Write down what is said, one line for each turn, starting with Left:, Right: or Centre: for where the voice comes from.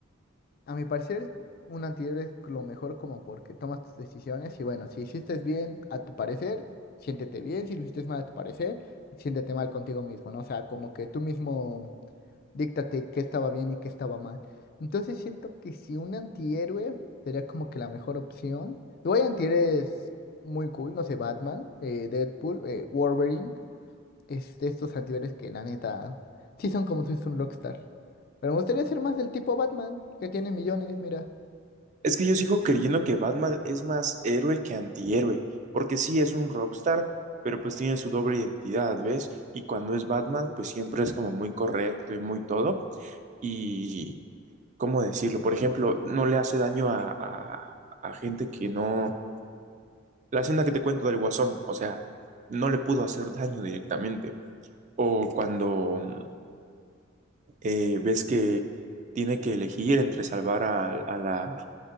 Left: A mi parecer, un antihéroe es lo mejor como porque tomas tus decisiones y bueno, si hiciste bien a tu parecer, siéntete bien, si lo hiciste mal a tu parecer, siéntete mal contigo mismo, ¿no? O sea, como que tú mismo díctate qué estaba bien y qué estaba mal. Entonces siento que si un antihéroe sería como que la mejor opción. Luego hay antihéroes muy cool, no sé, Batman, eh, Deadpool, eh, Wolverine es de estos antihéroes que la neta sí son como si fuese un rockstar. Pero me gustaría ser más del tipo Batman, que tiene millones, mira.
Right: Es que yo sigo creyendo que Batman es más héroe que antihéroe, porque sí es un rockstar, pero pues tiene su doble identidad, ¿ves? Y cuando es Batman, pues siempre es como muy correcto y muy todo. Y, ¿cómo decirlo? Por ejemplo, no le hace daño a, a a gente que no La escena que te cuento del Guasón, o sea, no le pudo hacer daño directamente. O cuando mm, eh, ves que tiene que elegir entre salvar a, a la,